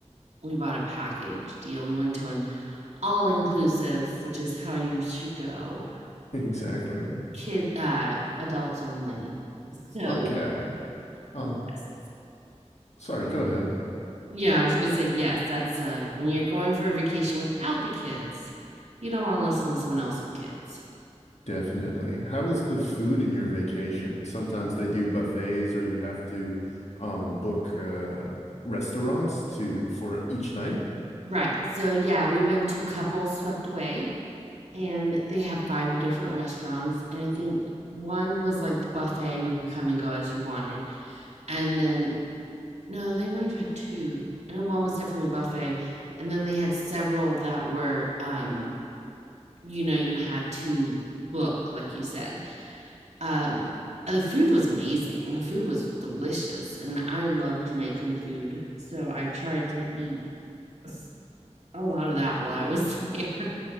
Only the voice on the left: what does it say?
Exactly.
Okay.
Oh, sorry, go ahead.
Definitely. How is the food in your vacation? Sometimes they do buffets, or you have to um, book uh, restaurants to for each night.